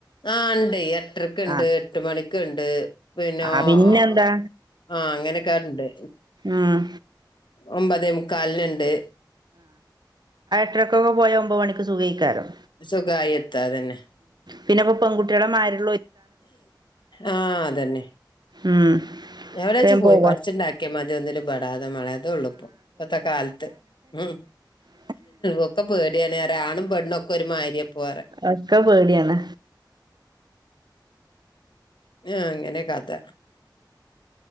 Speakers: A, on the left; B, on the right.
A: ആ ഉണ്ട് എട്ടരക്കുണ്ട്
B: ആഹ്
A: എട്ട് മണിക്കുണ്ട് പിന്നെ
B: ആഹ്
A: ആഹ
B: പിന്നെന്താ
A: അങ്ങനെയക്കാരുണ്ട്
B: ഉം
A: ഒമ്പത് മുക്കാലിനുണ്ട്
B: ടക്കെ പോയ ഒമ്പോൾ മണി സുഖിക്കാലും
A: സുഖമായിത്താതന്നെ
B: പിന്നെപ്പ പെൺകുട്ടളെ മാരരുന്നു
A: ആഹ അതന്നെ
B: ഉം
A: എവിടെ വച്ചാ
B: വേം
A: പോയി
B: പോവാ
A: പഠിച്ചിണ്ടാക്കിയാൽ മതി ഒന്നും ബെടാതെ മളയാതെ ഉള്ളൂപ്പോ ഇപ്പത്തെ കാലത്ത് ഉ
B: ത
A: ഇൊക്കെ പേടിയാന റെ ആണും പെണ്ണുംക്കെ ഒരു മാരിയെ പോവാറെ
B: അക്കെ പേടിയാണ്
A: ആഹ അങ്ങനെ കാത്ത